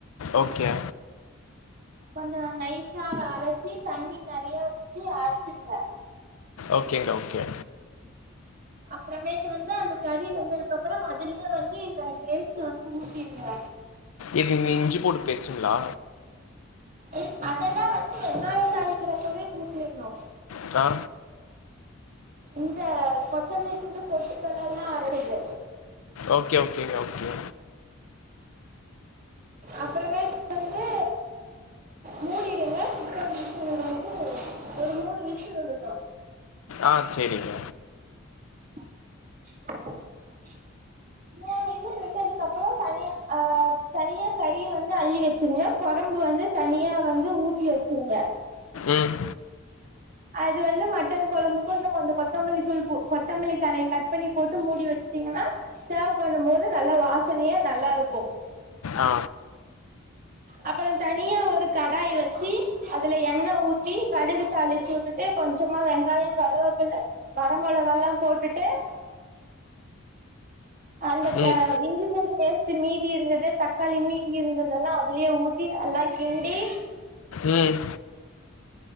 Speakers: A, on the left (about 80°); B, on the right (about 40°).
A: ஓகே
B: கொஞ்சோ நைசா அரைச்சி தண்ணி நறையா வுச்சு அரச்சுருந்த
A: ஓகேங்கா ஓகே
B: அப்புறமேட்டு வந்து அந்த கறி வெந்ததுக்குப்புறம் அதுலயே வந்து இந்த பேஸ்ட்டு வந்து ஊத்திருங்க
A: எது இந்த இஞ்சி பூண்டு பேஸ்ட்டுங்களா
B: இல் அதெல்லா வந்து வெங்காயம் தாளிக்கிறப்பவே கூட்டிர்னு
A: த்தா
B: இந்த கொத்தமல்லி தூளு பொட்டுக்கல்ல எல்லா அரைது
A: ஓகே ஓகேங்க ஓகே
B: அப்புறமே வந்து மூடிடுங்க சிக்கம் விசுல் வந்து ஒரு மூணு விசுல் உடுங்க
A: ஆ சேரிங்க
B: <inaudible> னு விசில் விட்டதுக்குப்புறம் தனியா ஆ தனியா கறிய வந்து அள்ளி வெச்சுருங்க கொழம்பு வந்து தனியா வந்து ஊத்தி வெச்சுருங்க
A: ம்
B: அது வந்து மட்டன் கொழம்புக்கு இன்னு கொஞ்சோ கொத்தமல்லி தூள்க்கு கொத்தமல்லி தலைய கட் பண்ணி போட்டு மூடி வெச்சுட்டீங்கன்னா சோவ் பண்ணும் போது நல்லா வாசனையா நல்லா இருக்கும்
A: ஆ
B: அப்றோ தனியா ஒரு கடாய் வச்சு அதுல எண்ணெய ஊத்தி கடுகு தாளிச்சு விட்டுட்டு கொஞ்சமா வெங்காயம் கருவேப்பில்ல வர மொளாக எல்லா போட்டுட்டு அந்த
A: ம்
B: அ இஞ்சி பூண்டு பேஸ்ட் மீதி இருந்தது தக்காளி மீதி இருந்ததுல்லா அதுலயே ஊத்தி நல்லா கிண்டி
A: ம்